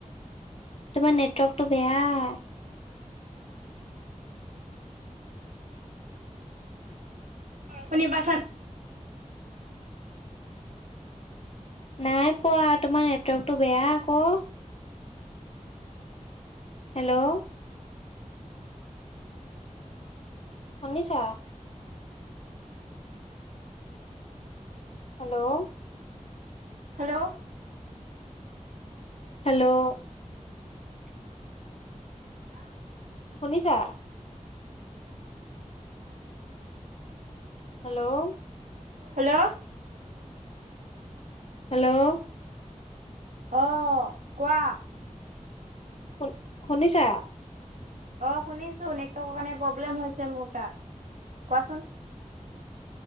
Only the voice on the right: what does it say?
শুনি পাইছানে?
হেল্ল'
<unintelligible>
হেল্ল'
অ' কোৱা
অ', শুনিছো নেটৰ্কৰ কাৰণে প্ৰব্লেম হৈছে মোৰ তাৰ কোৱাচোন <inaudible>